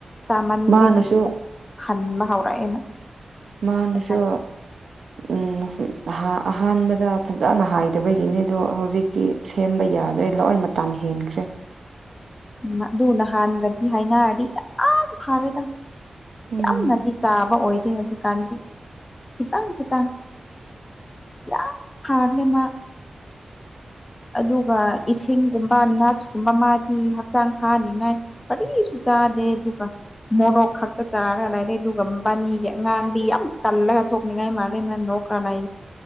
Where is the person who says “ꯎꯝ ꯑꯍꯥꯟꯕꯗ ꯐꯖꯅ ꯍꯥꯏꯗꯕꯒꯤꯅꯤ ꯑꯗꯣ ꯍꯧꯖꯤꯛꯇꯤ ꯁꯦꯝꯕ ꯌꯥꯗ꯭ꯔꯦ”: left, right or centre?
Right